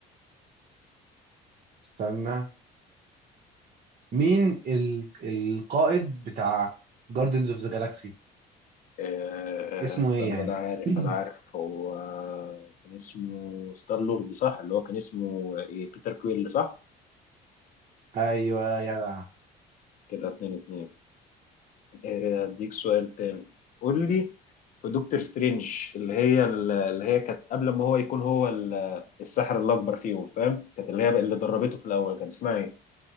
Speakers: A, on the right (about 50°); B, on the left (about 50°).
A: استنى مين ال... القائد بتاع جاردنز اوف ذا جالاكسي
B: آه،
A: اسمه
B: آه، استنى
A: ايه يعني
B: انا عارف
A: <clears throat>
B: انا عارف هو كان اسمه ستار لورد صح اللي هو كان اسمه آه، ايه بيتر كويل صح
A: ايوه يا جدع
B: كده اتنين اتنين إيه، هديك سؤال تاني قول لي في دكتور سترينج اللي هي اللي هي كانت قبل ما هو يكون هو ال- الساحر الأكبر فيهم فاهم كانت اللي هي اللي دربته في الأول كانت اسمها إيه؟